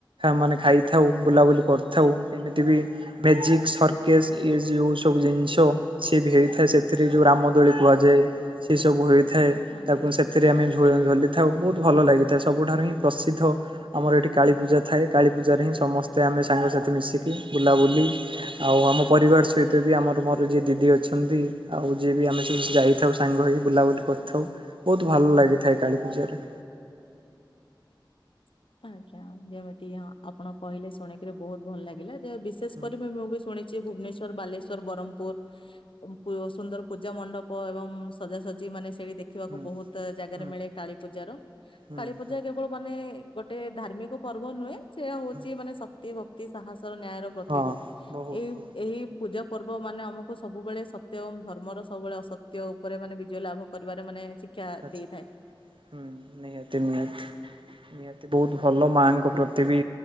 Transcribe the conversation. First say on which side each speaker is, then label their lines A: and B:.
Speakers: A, on the right; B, on the left.
A: ମାନେ ଖାଇଥାଉ ବୁଲାବୁଲି କରିଥାଉ। ଏମିତି ବି ମେଜିକ ସର୍କେସ୍ ଇଏ ଯୋଉ ସବୁ ଜିନିଷ ସିଏବି ହେଇଥାଏ ସେଥିରେ ଯୋଉ ରାମ ଦୋଳି କୁହାଯାଏ। ସେ ସବୁ ହେ ଥାଏ
B: ଆଜ୍ଞା।
A: ତାକୁ ସେଥିରେ ଆମେ ଝ ଝୁଲି ଥାଉ ବହୁତ ଭଲ ଲାଗିଥାଏ ସବୁଠାରୁ ହିଁ ପ୍ରସିଦ୍ଧ ଆମର ଏଠି କାଳୀପୂଜା ଥାଏ। କାଳୀପୂଜାରେ ହିଁ ସମସ୍ତେ ଆମେ ସାଙ୍ଗସାଥି ମିଶିକି ବୁଲାବୁଲି ଆଉ ଆମ ପରିବାର ସହିତ ବି ଆମର ମୋର ଯିଏ ଦିଦି ଅଛନ୍ତି। ଆଉ ଯିଏ ବି ଆମେ ସେ ଯାଇଥାଉ ସାଙ୍ଗ ହେଇ ବୁଲାବୁଲି ବୁଲି କରିଥାଉ। ବହୁତ ଭଲ ଲାଗିଥାଏ କାଳୀ ପୂଜାରେ।
B: <inaudible> ଆଜ୍ଞା ଯେମିତି ହଁ ଆପଣ କହିଲେ ଶୁଣିକିରି ବହୁତ ଭଲ ଲାଗିଲା ଯେ ବିଶେଷ
A: ହୁଁ
B: କରି ମୁ ମୁ ଶୁଣିଛି ଭୁବନେଶ୍ଵର ବାଲେଶ୍ଵର ବ୍ରହ୍ମପୁର ସୁନ୍ଦର ପୂଜା ମଣ୍ଡପ ଏବଂ ସଜାସଜି ମାନେ ସେଇଠି ଦେଖିବାକୁ
A: ହୁଁ
B: ବହୁତ ଜାଗାରେ
A: ହୁଁ
B: ମିଳେ କାଳୀପୂଜାର
A: ହୁଁ
B: କାଳୀପୂଜା
A: ହୁଁ
B: କେବଳ ମାନେ ଗୋଟେ ଧାର୍ମିକ ପର୍ବ ନୁହେଁ ସେ ହଉଛି
A: ହୁଁ
B: ମାନେ ଶକ୍ତି ଭକ୍ତି ସାହସ ନ୍ୟାୟର ପ୍ରତୀକ
A: ହଁ ବହୁତ
B: ଏ ଏହି ପୂଜା ପର୍ବ ମାନେ ଆମକୁ ସବୁବେଳେ ସତ୍ୟ ଏବଂ ଧର୍ମର ସବୁବେଳେ ଅସତ୍ୟ ଉପରେ ମାନେ ବିଜୟ ଲାଭ କରିବାରେ ମାନେ ଶିକ୍ଷା
A: ଆଛା
B: ଦେଇଥାଏ
A: ହୁଁ ନିହାତି ନିହାତି ନିତି ବହୁତ ଭଲ ମାଆଙ୍କ ପ୍ରତି ବି